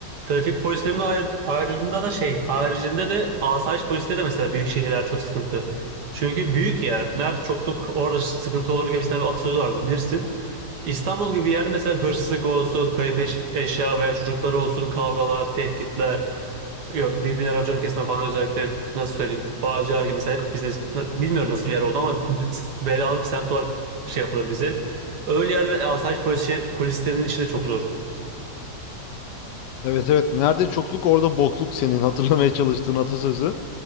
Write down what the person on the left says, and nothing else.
Evet evet. Nerede çokluk orada bokluk senin hatırlamaya çalıştığın atasözü.